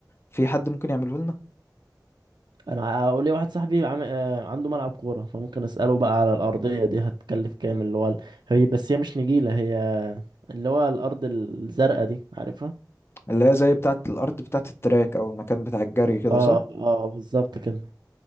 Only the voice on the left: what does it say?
في حد ممكن يعمله لنا
اللي هي زي بتاعه الارض بتاعه التراك او المكان بتاع الجري كده
صح